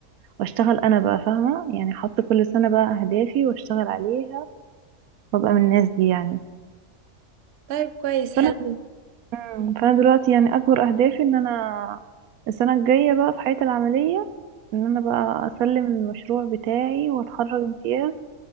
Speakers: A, on the right (about 75°); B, on the right (about 60°).
A: واشتغل انا بقى فاهمة يعني احط كل سنة بقى اهدافي واشتغل عليها وابقى من الناس دي يعني
B: طيب كويس حلو
A: فانا مم. فانا دلوقتي يعني اكبر اهدافي ان انا السنة الجاية بقى في حياتي العملية ان انا بقى اسلم المشروع بتاعي واتخرج امتياز